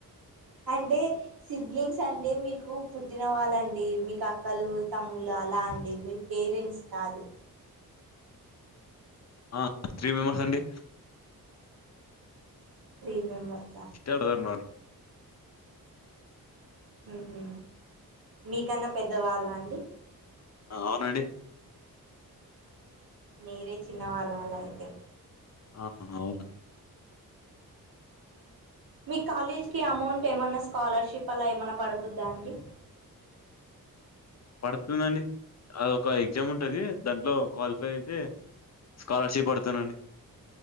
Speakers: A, on the right (about 70°); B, on the left (about 45°).
A: అంటే సిబ్లింగ్స్ అంటే మీకు పుట్టిన వాళ్ళండి మీకు అక్కలు, తమ్ములా అలాండి మీ పేరెంట్స్ కాదు.
B: ఆ త్రీ మెంబర్స్ అండి.
A: త్రీ మెంబర్
B: ఇష్టదారు నారి
A: ఉహు మీకన్నా పెద్దవాళ్ళా అండి?
B: ఆ అవునండి.
A: మీరే చిన్నవాళ్ళ అలా అయితే
B: ఆహా అవున
A: మీ కాలేజీకి అమౌంట్ ఏమన్నా స్కాలర్షిప్ అలా ఏమన్నా పడుతదా అండి?
B: పడుతుందండి అదొక ఎగ్జామ్ ఉంటది దాంట్లో క్వాలిఫై అయితే స్కాలర్షిప్ పడతానండి